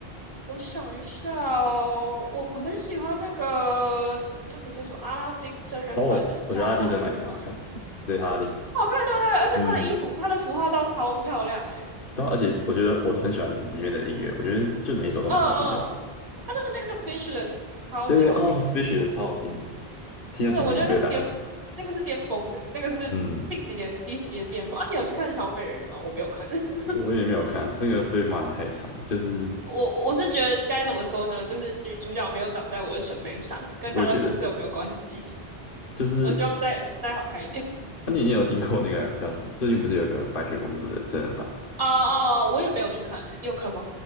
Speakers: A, on the right; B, on the left.
A: 我想一下哦，我我很喜欢那个那个叫什么阿拉丁真人版，
B: 哦，
A: 它是叫阿拉丁吗？
B: 我觉得阿拉丁真的蛮也很好看，对，阿拉丁，
A: 好看，对不对？而且它的衣服，
B: 嗯，
A: 它的服化道超漂亮诶、
B: 对啊，而且我觉得我都很喜欢里面的音乐，我觉得就每一首都蛮好听的。
A: 嗯嗯，它的那个 Speechless 超级好听，
B: 对，哦 s p e e c h l e 超好听的，听到起鸡皮疙瘩。
A: 真的，我觉得那是巅，那个是巅峰，那个那个是近几年迪士尼的巅峰啊！
B: 嗯，
A: 你有去看小美人鱼吗？我没有看。<laughs>
B: 我也没有看，这个被骂得太惨，就是
A: 我我是觉得该怎么说呢？就是女主角没有长在我的审美上，跟她的肤色没有关系。
B: 我也觉得，就是
A: 我希望再再好看一点。<laughs>
B: 那、啊你你有听过那个叫什么？最近不是有个白雪公主的真人版？
A: 啊啊！我也没有去看、欸你有看吗？